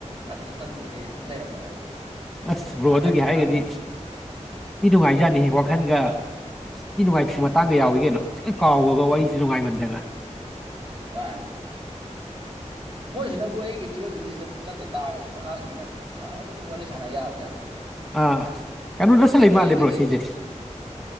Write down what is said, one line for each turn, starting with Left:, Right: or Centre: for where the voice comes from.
Right: ꯇꯪꯗꯨꯒꯤ ꯑꯗꯨꯝ ꯂꯩꯔꯝꯕꯅꯦꯕ
Centre: ꯑꯁ ꯕ꯭ꯔꯣ
Right: ꯀꯥꯟꯗ
Centre: ꯑꯗꯨꯒꯤ
Right: ꯌꯥꯝ ꯊꯤꯅ
Centre: ꯍꯥꯏꯔꯒꯗꯤ
Right: ꯀꯥꯟꯅꯔꯝꯃꯦ
Centre: ꯏ ꯅꯨꯡꯉꯥꯏꯖꯅꯤ ꯋꯥꯈꯟꯒ ꯅꯨꯡ ꯇꯥꯡꯒ ꯌꯥꯎꯏ ꯀꯩꯅꯣ ꯁꯨꯛꯩ ꯀꯥꯎꯕꯒ ꯋꯥꯔꯤꯁꯨ ꯅꯨꯡꯉꯥꯏꯃꯟꯗꯦꯅ
Right: ꯃꯥꯅꯦ ꯃꯣꯏꯁꯤꯅꯕꯨ ꯑꯩꯒꯤ ꯇꯨꯋꯜꯞ ꯃꯤꯅꯤꯠꯁꯤꯗ ꯇꯠꯇ ꯇꯥꯔꯒꯗꯤ ꯃꯈꯥꯁꯨꯅ ꯑꯗꯨꯝ ꯑꯗꯨꯝ ꯋꯥꯔꯤ ꯁꯥꯟꯅ ꯌꯥꯕꯅꯦꯕ
Centre: ꯑꯥ ꯀꯩꯅꯣꯗꯁꯨ ꯂꯩ ꯃꯥꯜꯂꯦꯕ꯭ꯔꯣ
Right: ꯑꯩꯒꯤꯗꯤ
Centre: ꯁꯤꯁꯦ